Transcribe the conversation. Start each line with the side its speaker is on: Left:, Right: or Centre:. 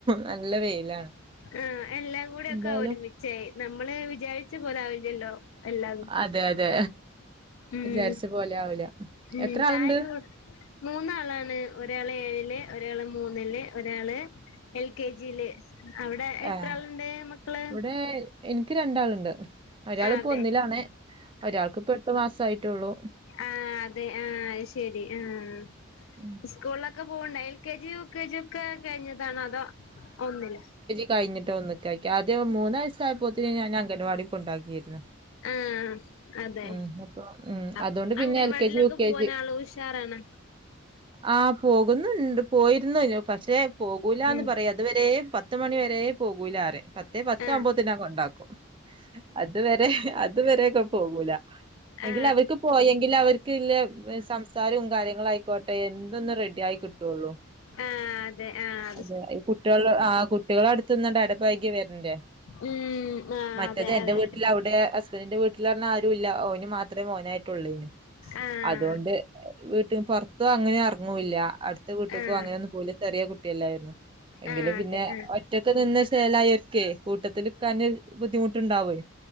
Right: നല്ല വെയിലാണ്.
Left: ആഹ് എല്ലാം കൂടിയൊക്കെ
Right: എന്തായാലും
Left: ഒരുമിച്ചെ നമ്മള് വിചാരിച്ച പോലെ ആവില്ലല്ലോ എല്ലാതും.
Right: അതെ അതെ
Left: ഉം
Right: വിചാരിച്ച പോലെ ആവില്ല.
Left: ഉം
Right: എത്ര
Left: ചായൊക്കെ
Right: ആള്ണ്ട്?
Left: കു മൂന്നാളാണ്. ഒരാള് ഏഴില് ഒരാള് മൂന്നില് ഒരാള് എൽ കെ ജി ല്. അവിടെ എത്ര
Right: ഏഹ്
Left: ആള്ണ്ട് മക്കള്
Right: ഇവിടെ എനിക്ക് രണ്ടാള്ണ്ട്. ഒരാളിപ്പോ
Left: ആ അതെ
Right: ഒന്നിലാണ് ഒരാൾക്ക് ഇപ്പം എട്ടു മാസായിട്ടൊള്ളൂ.
Left: ആഹ് അതെ ആഹ് ശെരി ആഹ്
Right: ഉം
Left: ഇസ്കൂളിലൊക്കെ പോവ്ണ്ടോ L K G U K G ഒക്കെ കയിഞ്ഞതാണോ അതോ ഒന്നിലോ
Right: കയിഞ്ഞിട്ടാ ഒന്ന്ക്ക് ആക്കിയേ ആദ്യം മൂന്നയസായപ്പോത്തിന് ഞാൻ അംങ്കനവാടി കൊണ്ടാക്കിയിരുന്നു.
Left: ആഹ് ആഹ് അതെ
Right: ഉം അപ്പൊ ഉം
Left: അ
Right: അതുകൊണ്ട് പിന്നെ
Left: അംഗനവാടിലൊക്കെ
Right: എൽ കെ ജി, യു കെ
Left: പോവാനാള് ഉഷാറാണ്
Right: ആഹ് പോകുന്നുണ്ട് പോയിരുന്നു പക്ഷെ പോകൂലാന്ന്
Left: ഉം
Right: പറയും അതുവരെ പത്ത്മണി വരെ പോകൂലാറയും പത്തേ പത്താകുമ്പോത്തിനും
Left: ആ
Right: ഞാൻ കൊണ്ടാക്കും. അതുവരെ അതുവരെക്കെ പോകൂല
Left: ആ
Right: എങ്കിൽ
Left: ആ
Right: അവർക്ക് പോയെങ്കിലവർക്ക് ഇല്ല സംസാരവും കാര്യങ്ങളായിക്കോട്ടെ എന്തെന്ന് റെഡി ആയി കിട്ടുള്ളൂ.
Left: ആഹ് അതെ ആഹ്
Right: അതെ ഈ കുട്ടൊള് ആ കുട്ടികളടുത്ത്ന്ന്ണ്ട് എടപയകി വരണ്ടേ
Left: ഉം ആ
Right: മറ്റെത്
Left: അതെ
Right: എന്റെ
Left: അതെ
Right: വീട്ടിൽ അവ്ടെ ഹസ്ബന്റിന്റെ വീട്ടിൽറഞ്ഞ ആരുല്ല ഓന് മാത്രമേ മോനായിട്ടുള്ളെനും
Left: ആഹ്
Right: അതുകൊണ്ട് വീട്ട് പൊറത്തും അങ്ങനെ ഇറങ്ങൂല്ല അടുത്ത വീട്ടക്കും
Left: ആഹ്
Right: അങ്ങനെയൊന്നും പോല ചെറിയെ കുട്ടിയല്ലായിരുന്നു എങ്കിലും
Left: ആഹ്
Right: പിന്നെ
Left: അതെ ആഹ്
Right: ഒറ്റക്കെ നിന്ന് ശേലായൊർക്കെ കൂട്ടത്ത്ല്ക്കാന് ബുദ്ധിമുട്ടുണ്ടാവെ